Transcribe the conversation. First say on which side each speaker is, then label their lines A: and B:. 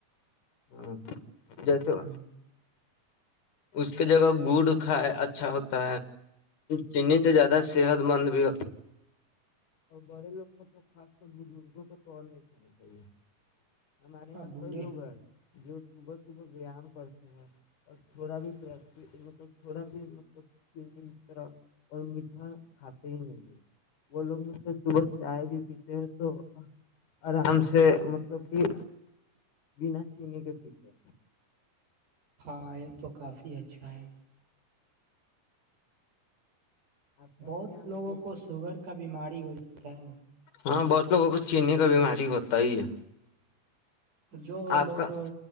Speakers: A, on the left; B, on the right.
A: ہاں جیس ہو
B: ہوں،
A: اس کے جگہ گڑ کائے اچھا ہوتا چینی سے زیادہ صحت مند بھی ہو اور بڑے لوگ کو تو خاص کر بزرگوں کو تو اور نہیں کھانا چاہے ہمارے یہاں
B: ہاں بوڑھے
A: تو لوگ ہے جو صبح صبح ویام کرتے ہیں اور تھوڑا بھی مطلب تھوڑا بھی مطلب طرح اور م ہاں کھاتے ہی نہیں وہ لوگ مطلب صبح چائے بھی پیتے ہیں تو آرام سے مطلب کہ ج نا چین کے پیھے
B: ہاں یہ تو کافی اچھا ہے
A: آپ کا
B: بہت
A: کیا مطلب
B: لوگوں کو شوگر کا بیماری ہوتا ہے نا
A: ہاں بہت لوگوں کو چیننے کا بیماری ہوتا ہی ہے
B: جو
A: آپ
B: لوگ
A: کا